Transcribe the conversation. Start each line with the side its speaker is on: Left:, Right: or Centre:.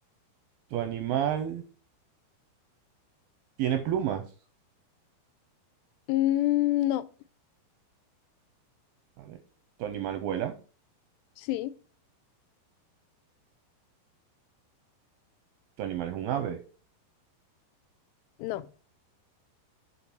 Right: ¿Tu animal tiene plumas?
Left: Mm, no,
Right: Vale. ¿Tu animal vuela?
Left: sí,
Right: ¿Tu animal es un ave?
Left: no,